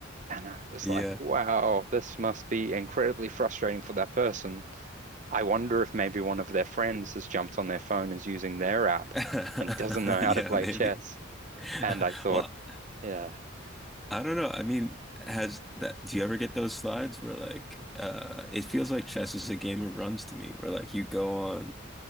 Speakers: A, on the right; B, in the centre.
A: And I was
B: Yeah.
A: like, wow, this must be incredibly frustrating for that person. I wonder if maybe one of their friends has jumped on their phone, is using their app,
B: <laughs>
A: and doesn't know
B: Yeah,
A: how to play
B: maybe.
A: chess.
B: <laughs>
A: And I thought,
B: Well,
A: yeah,
B: I don't know. I mean, has that, do you ever get those slides where like, uh, it feels like chess is a game of runs to me, where like you go on